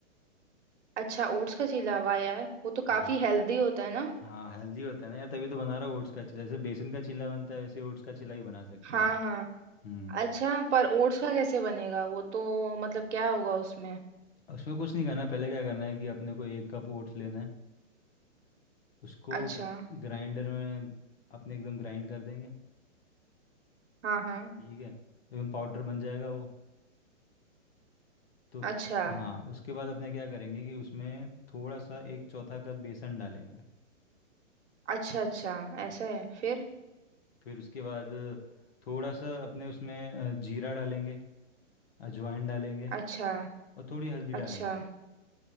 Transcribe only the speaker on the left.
हाँ
हाँ हेल्दी होता है ना यार तभी तो बना रहा हूँ ओट्स का चीला जैसे बेसन का चीला बनता है वैसे ओट्स का चीला भी बना सकते
हो
हम्म
उसमें कुछ नहीं करना पहले क्या करना है कि अपने को एक कप ओट्स लेना है उसको
ग्राइंडर में अपने एकदम ग्राइंड कर देंगे
ठीक है एकदम पाउडर बन जाएगा वो तो
हाँ उसके बाद अपने क्या करेंगे कि उसमें थोड़ा सा एक चौथा कप बेसन डालेंगे
हम्म।
फिर उसके बाद थोड़ा सा अपने उसमें अ, जीरा डालेंगे अजवाइन डालेंगे
और थोड़ी हल्दी
डालेंगे